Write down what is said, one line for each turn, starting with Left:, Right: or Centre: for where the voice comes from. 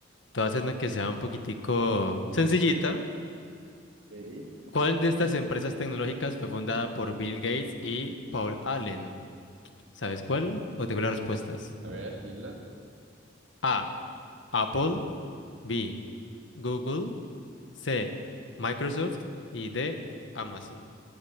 Left: Todo haciendo que sea un poquitico sencillita.
Right: Ok.
Left: ¿Cuál de estas empresas tecnológicas fue fundada por Bill Gates y Paul Allen? ¿Sabes cuál? O tengo las respuestas.
Right: A ver, dile.
Left: A. Apple. B. Google. C. Microsoft. Y D. Amazon.